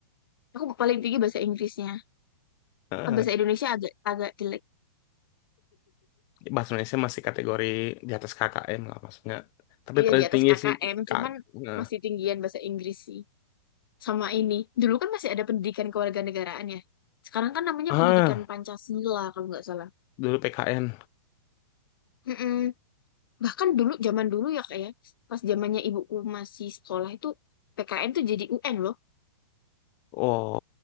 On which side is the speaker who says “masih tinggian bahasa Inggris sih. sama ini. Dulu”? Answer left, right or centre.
Left